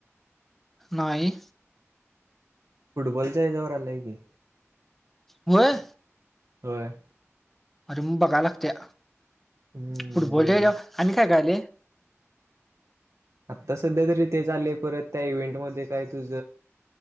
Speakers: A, in the centre; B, on the right.
A: नाही.
B: फुटबॉलच्या हेजावर आलाय की
A: व्हय.
B: होय.
A: अरे मग बघायला लागत्या
B: हम्म
A: फुटबॉल
B: बघ
A: च्या हेजाव
B: बघ
A: आणि काय काय आलय. <inaudible>
B: आता सध्या तरी ते चाले परत त्या इव्हेंट म काय तुझ